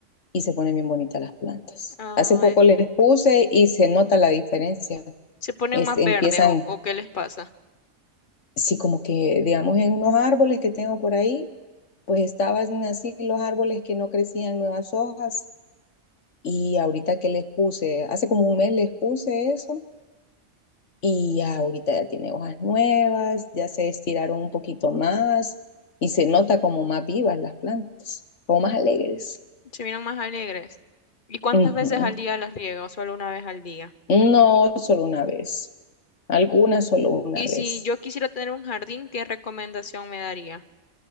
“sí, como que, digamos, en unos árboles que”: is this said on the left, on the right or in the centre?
Left